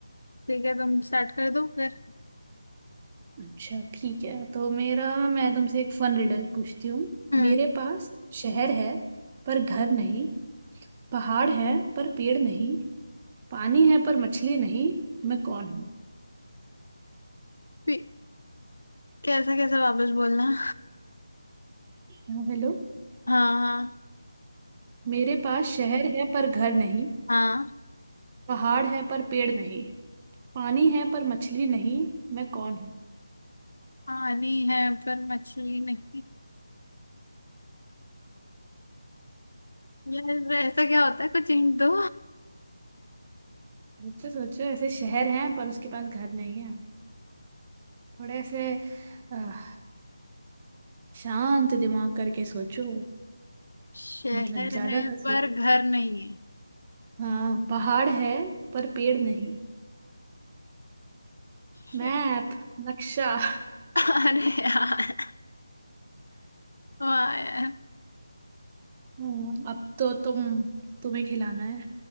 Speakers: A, on the left; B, on the right.
A: ठीक है तुम स्टार्ट कर दो फिर
B: अच्छा ठीक है तो मेरा मैं तुमसे एक फन रिडल पूछती हूँ
A: हम्म
B: मेरे पास शहर है पर घर नहीं पहाड़ है पर पेड़ नहीं पानी है पर मछली नहीं मैं कौन हूँ
A: फिर- कैसा कैसा वापस बोलना
B: हाँ, हेलो
A: हाँ हाँ
B: मेरे पास शहर है पर घर नहीं
A: हाँ
B: पहाड़ है पर पेड़ नहीं पानी है पर मछली नहीं मैं कौन हूँ
A: पानी है पर मछली नहीं यार ऐसा क्या होता है कुछ हिंट दो
B: मुझसे सोचो ऐसे शहर है पर उसके पास घर नहीं है थोड़े ऐसे आह, शांत दिमाग करके सोचो
A: शहर
B: मतलब ज्यादा
A: है
B: ना सोचो
A: पर घर नहीं है
B: हाँ पहाड़ है पर पेड़ नहीं
A: शे-
B: मैप नक्शा
A: <laughs> अरे यार वाह यार
B: हम्म, अब तो तुम तुम्हें खिलाना है